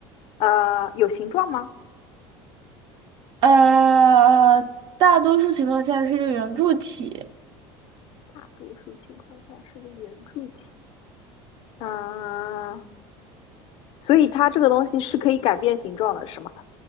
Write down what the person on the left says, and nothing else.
呃有形状吗？
大多数情况下是个圆柱体。嗯、呃所以它这个东西是可以改变形状的，是吗？